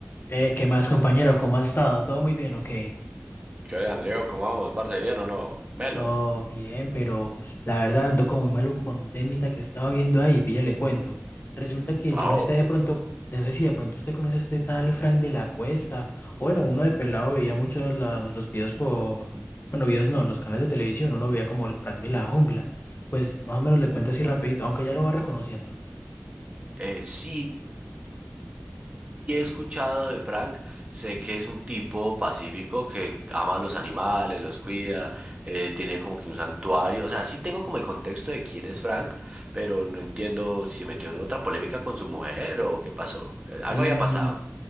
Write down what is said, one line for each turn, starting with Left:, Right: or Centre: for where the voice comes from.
Left: Eh, ¿qué más, compañero? ¿Cómo ha estado? ¿Todo muy bien o qué?
Right: ¿Qué hora, Andreo? ¿Cómo vamos, parce? ¿Bien o no? Melo,
Left: No, bien, pero la verdad ando como muy maluco con un temita que estaba viendo ahí, píllale cuento. Resulta que
Right: ¿qué pasó?
Left: yo no sé si de pronto, no sé si de pronto usted conoce a este tal Frank de la Cuesta. O bueno, uno de pelado veía mucho los, los videos por, bueno, videos no, los canales de televisión, uno veía como el Frank de la Jungla. Pues más o menos le cuento así rapidito, aunque ya lo va reconociendo.
Right: Eh, sí, he escuchado de Frank, sé que es un tipo pacífico que ama a los animales, los cuida, eh, tiene como que un santuario, o sea, sí tengo como el contexto de quién es Frank, pero no entiendo si se metió en otra polémica con su mujer o qué pasó, Eh, algo
Left: Mm,
Right: había pasado.